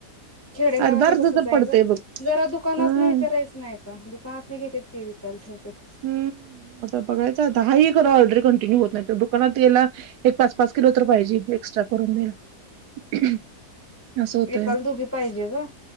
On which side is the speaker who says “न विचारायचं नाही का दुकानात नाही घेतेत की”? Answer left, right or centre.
Left